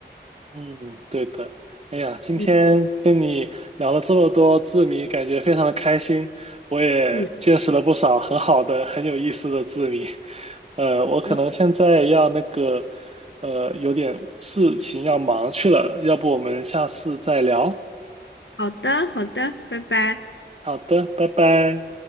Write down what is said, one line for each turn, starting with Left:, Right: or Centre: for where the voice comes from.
Right: 嗯，对的。哎呀，今天跟你聊了这么多字谜，
Left: 嗯
Right: 感觉非常的开心。我也见识了不少很好的、
Left: 嗯，
Right: 很有意思的字谜。呃，我可能现在要那个，
Left: 我
Right: 呃，有点事情要忙去了，要不我们下次再聊？
Left: 好的好的，拜拜。
Right: 好的，拜拜。